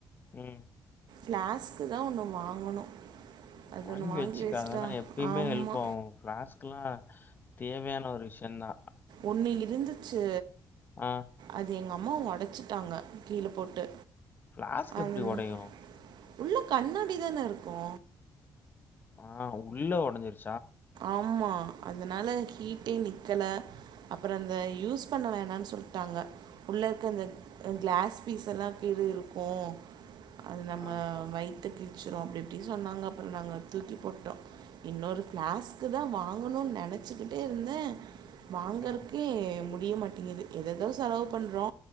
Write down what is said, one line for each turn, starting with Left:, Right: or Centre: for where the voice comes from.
Left: உ
Right: ஃப்ளாஸ்க்கு தா ஒன்னு வாங்கணு அது
Left: வாங்கி
Right: ஒன்னு
Left: வச்சுக்க
Right: வச்சுட்டா
Left: அதெல்லா எப்பயுமே
Right: ஆமா
Left: ஹெல்ப்பாவு ஃபளாஸ்க்குலா தேவையான ஒரு விஷயந்தா
Right: ஒண்ணு இருந்துச்சு
Left: ஆ
Right: அது எங்க கம்மா ஒடச்சிட்டாங்க கீழ போட்டு
Left: ஃப்ளாஸ்க்
Right: அதனா
Left: எப்டி ஒடையு
Right: உள்ள கண்ணாடி தான இருக்கு
Left: ஆ உள்ள ஒடஞ்சிருச்சு
Right: ஆமா அதனால ஹீட்டே நிக் க்கல அப்பறோ இந்த யூஸ் பண்ண வேணாணு சொல்லிட்டாங்க உள்ள இருக்க அந்த கிளாஸ் பீஸ் எல்லா கீழருக்கு அது நம்ம
Left: ஆ,
Right: வய் கிழச்சிரு அப்டி இப்டின்னு சொன்னாங்க அப்புறோ நாங்க தூக்கி போட்டோ இன்னொரு ஃபிளாஸ்கு தா வாங்கணோணு நெனச்சிக்கிட்டே இருந்தே வாங்கர்த்துகே
Left: ம்.
Right: முடிய மாட்ட எது எதேதோ செலவு பண்றோ